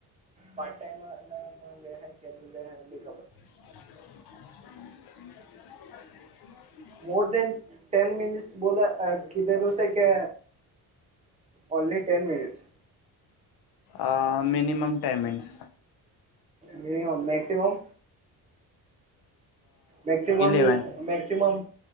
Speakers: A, on the right; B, on the left.
A: પાર્ટ ટાઈમ માં <unintelligible> એની ખબર.
B: હ <inaudible> <inaudible>
A: મોર ધેન ટેન મિનિટ્સ બોલો આ કીધેલું. કે ઓનલી ટેન મિનિટસ.
B: આ minimum ten minutes.
A: Minimum maximum. Maximum
B: eleven
A: maximum.